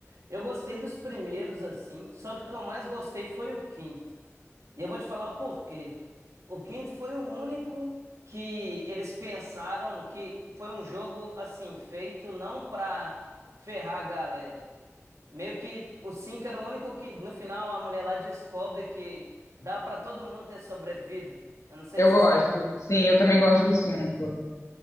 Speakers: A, on the right; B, on the left.
A: Eu gostei dos primeiros, assim. Só que o que eu mais gostei foi o quinto. E eu vou te falar o porquê. O quinto foi o único que eles pensaram que foi um jogo, assim, feito não pra ferrar a galera. Meio que o cinco era o único que, no final, a mulher lá descobre que dá pra todo mundo ter sobrevivido. Eu não sei
B: Eu
A: se
B: gosto.
A: você sabe.
B: Sim, eu também gosto do 5.